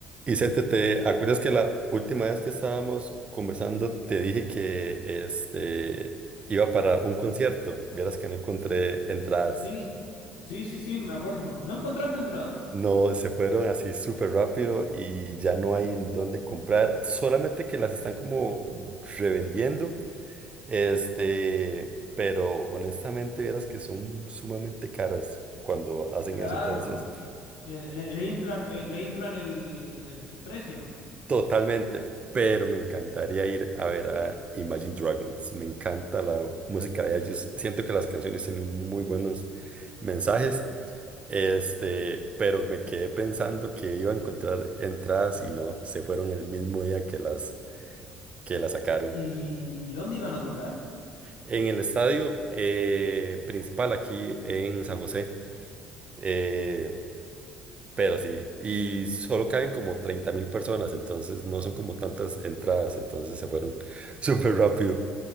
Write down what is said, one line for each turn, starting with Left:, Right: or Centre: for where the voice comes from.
Right: Vicente, ¿te acuerdas que la última vez que estábamos conversando te dije que este iba para un concierto? Vieras que no encontré entradas.
Left: Sí, sí, sí, sí, me acuerdo. ¿No encontraste entrada?
Right: No, se fueron así súper rápido y ya no hay en dónde comprar. Solamente que las están como revendiendo. Este, pero honestamente vieras que son sumamente caras cuando hacen
Left: Claro,
Right: eso. Entonces,
Left: le, le, le inflan, eh, le inflan el, el- el precio.
Right: Totalmente, pero me encantaría ir a ver a Imagine Dragons. Me encanta la música de ellos. Siento que las canciones tienen muy buenos mensajes. Este, pero me quedé pensando que iba a encontrar entradas y no, se fueron el mismo día que las que las sacaron.
Left: ¿Y dónde iban a tocar?
Right: En el estadio eh, principal aquí en San José, eh, pero sí, y solo caben como treinta mil personas, entonces no son como tantas entradas, entonces se fueron <laughs> súper rápido.